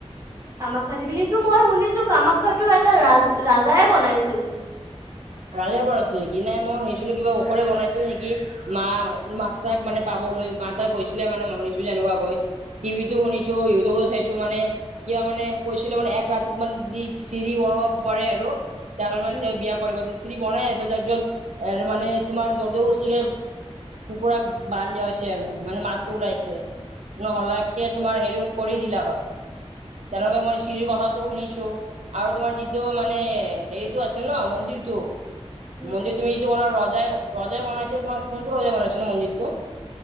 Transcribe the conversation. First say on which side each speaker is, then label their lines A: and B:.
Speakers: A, on the right; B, on the right.
A: কামাখ্যা দেৱী। সেইটো মই শুনিছো কামাখ্যাটো এটা ৰাজ ৰাজাই বনাইছিল। <inaudible>
B: ৰাে বনাইছিল নেকি। নাই মই শুনিছিলো কিবা ওখৰে বনাইছিল নেকি, মা মাত তাক মানে পাব ম এটা গৈছিলে মানে শুনিছো যেনেকুৱাকৈ। টিভিটো শুনিছো, ইউটিউবো চাইছো মানে, ক মানে কৈছিলে মানে এক ৰাতিত মানে যদি চিৰি বনাব পাৰে আৰু তেনেহ'লে মানে
A: উম
B: তেওঁ বিয়া কৰিব। চিৰি বনাই আছে, তাৰ পিছত এ মানে তোমাৰ জ বস্তুকে কুকুৰাক বান দিয়া হৈছে আৰু মানে মাতটো ওলাইছে। নহলেকে তোমাৰ হেৰি কৰি দিলা হয়। তেনেকে মই চিৰিৰ কথাটো শুনিছোঁ, আৰু তোমাৰ যিটো মানে হেৰিতটো আছিল ন মন্দিৰটো।
A: উম
B: মন্দিৰ তুমিটো কৰা ৰজাই ৰজাই বনাইছে ন, কোনটো ৰজাই বনাইছ ন মন্দিৰটো?